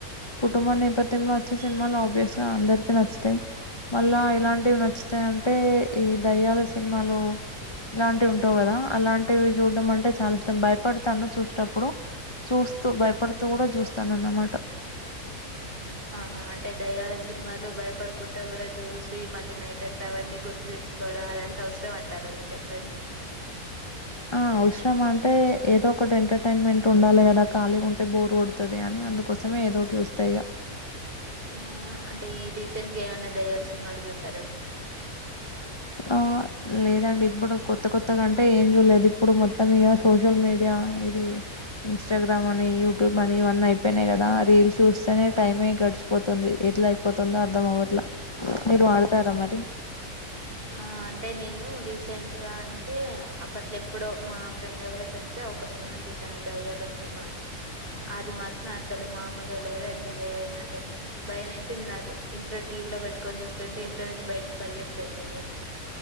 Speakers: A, on the left; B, on the right.
A: కుటుంబ నేపథ్యంలో వచ్చే సినిమాలు ఆబ్వియస్ గా అందరు చెపి నచ్చుతాయి మళ్ళా ఇలాంటివి నచ్చుతాయి అంటే ఈ దయ్యాల సినిమాలు ఇలాంటివి ఉంటవ్ కదా అలాంటివి చూడ్డం అంటే చాలా ఇష్టం. భయపడ్తాను చూసేప్పుడు చూస్ స్తూ భయపడుతూ గుడా చూస్తానన్నమాట.
B: ఆహా అంటే దయ్యాల సినిమాలు భయపడుకుంట గుడా చూసి మళ్ళీ నైట్ అంతా అవన్నీ గుర్తు తెచ్ చ్చుకోడం అదంత అవసరం అంటారా మీరు చెప్పండి.
A: ఆ అవసరం అంటే ఏదో ఒకటి ఎంటర్టైన్మెంట్ ఉండాలె గదా ఖాళీగుంటే బోర్ కొడుతది అని అ అందుకోసమే ఏదోటి చూస్తా ఇగ
B: ఆ అంటే ఈ రీసెంట్గా ఏమైన్న దయ్యాల్ సినిమాల్ చూస్
A: ఆ లేదండి ఇప్పుడు కొత్త కొత్తగా అంటే ఏం చూడ్లేదు ఇప్పుడు మొత్తం ఇగ సోషల్ మీడియా ఇది ఇంస్టాగ్రామ్ అని యూట్యూబ్ అని ఇవన్నీ అయిపోయినై గదా రీల్ చూస్తేనే టైమే గడిచిపోతుంది. ఎట్లా అయిపోతుందో అర్ధం అవ్వట్ల మీరు వాడతారా మరి
B: ఆ అంటే నేను రీసెంట్గా అన్ టే అప్పట్లో ఎప్పుడో మా ఫ్రెండ్ ఎవరో చెప్తే ఒక సినిమా చూస్ సాను దయ్యాల సినిమా అది మాత్రం అసలు మామూలుగా లేదండి వే అంటే భయం వేసింది నాకు ఇంట్లో టీవీలో పెట్టుకోన్ చూస్తుంటే ఇంట్లో నుంచి బయటకి పరిగెత్తాన్ నేనైతే